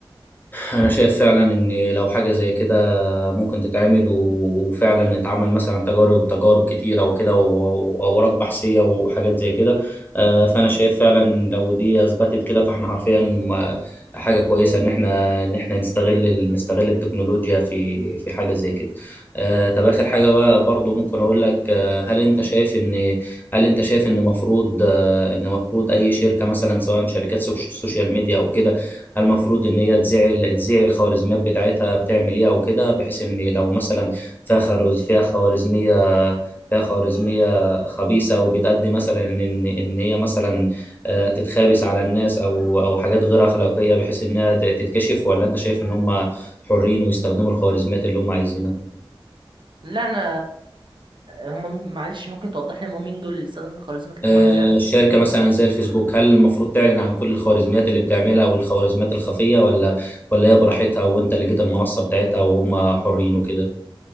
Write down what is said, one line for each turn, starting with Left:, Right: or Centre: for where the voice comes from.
Left: انا شايف فعلا ان لو حاجه زي كده ممكن تتعمل وفعلا اتعمل مثلا تجارب تجارب كتيرة وكده و- وأوراق بحثية وحاجات زي كده آه، فأنا شايف فعلا إن لو دي أثبتت كده فإحنا حرفيا آه، حاجة كويسة إن إحنا إن إحنا نستغل ال- نستغل التكنولوجيا في في حاجة زي كده آه، طب آخر حاجة بقى برضو ممكن أقول لك آه، هل أنت شايف إن هل أنت شايف إن مفروض آه، إن مفروض أي شركة مثلا سواء شركات سوش- سوشيال ميديا أو كده هل المفروض ان هي تذيع تذيع الخوارزميات بتاعتها بتعمل ايه او كده بحيث ان لو مثلا فيها خرز فيها خوارزميه فيها خوارزميه خبيثه وبتأدي مثلا ان ان هي مثلا آه، تتخابس على الناس او او حاجات غير اخلاقيه بحيث انها ت- تتكشف ولا انت شايف ان هم حرين ويستخدموا الخوارزميات اللي هم عايزينها
Right: لا انا آه، هم معلش ممكن توضح لي هم مين دول اللي استخدموا الخوارزميات اللي
Left: آه،
Right: هم عايزينها
Left: الشركه مثلا زي الفيسبوك هل المفروض تعلن عن كل الخوارزميات اللي بتعملها او الخوارزميات الخفيه ولا ولا هي براحتها وانت اللي جيت المنصه بتاعتها وهم حرين وكده